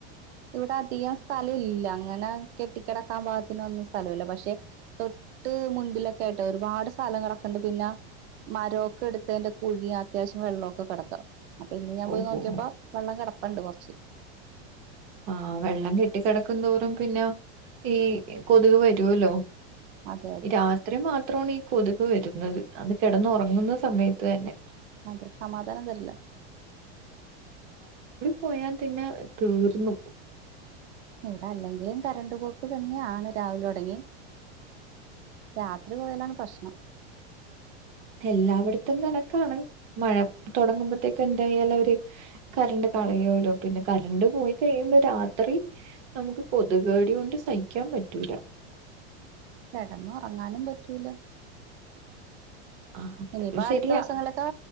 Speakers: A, on the right (about 75°); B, on the right (about 20°).
A: ഇവിടെ അധികം സ്ഥലം ഇല്ല അങ്ങനെ കെട്ടിക്കിടക്കാൻ പാഗത്തി ഒന്നും സ്ഥലമില്ല പക്ഷെ തൊട്ട് മുൻപിലൊക്കെയിട്ടാ ഒരുപാട് സ്ഥലം കിടക്കണ്ട് പിന്നെ മരമൊക്കെ എടുത്തതിന്റെ കുഴിയ അത്യാവശ്യം വെള്ളമൊക്കെ കിടക്കാം അപ്പൊ ഇന്ന് ഞാൻ
B: ഓഹോ
A: പോയി നോക്കിയപ്പാ കിടപ്പണ്ട് കൊറച്ച്
B: ആഹഹ് വെള്ളം കെട്ടി കിടക്കുന്തോറും പിന്നെ ഈ കൊതുക് വരുല്ലോ
A: അതെ അതെ
B: രാത്രി മാത്രമാണ് ഈ കൊതു ക് വരുന്നത് അത് കിടന്ന് ഉറങ്ങുന്ന സമയത്ത് തന്നെ.
A: അതെ സമാധാനം തരില്ല.
B: പോയാൻ തന്നെ തീർ ന്നു.
A: ഇവിടെ അല്ലെങ്കിലും കരണ്ട് പോക്ക് തന്നെയാണ് രാവിലെ തുടങ്ങി രാത്രി പോയലാണ് പ്രശ്നം.
B: എല്ലായിടത്തും കണക്കാണ് മഴ തൊടങ്ങുമ്പോത്തേക്ക്‌ എന്തായാലും അവര് കറണ്ട് കളയലോ പിന്നെ കറണ്ട് പോയി കഴിയുമ്പോ രാത്രി നമുക്ക് കൊതുക് കടി കൊണ്ട് സഹിക്കാൻ പറ്റൂല.
A: കിടന്നു ഉറങ്ങാനും പറ്റൂല.
B: ആ
A: ഇനിയിപ്പ
B: ശരിയാ
A: അടുത്ത ദിവസങ്ങളൊക്കെ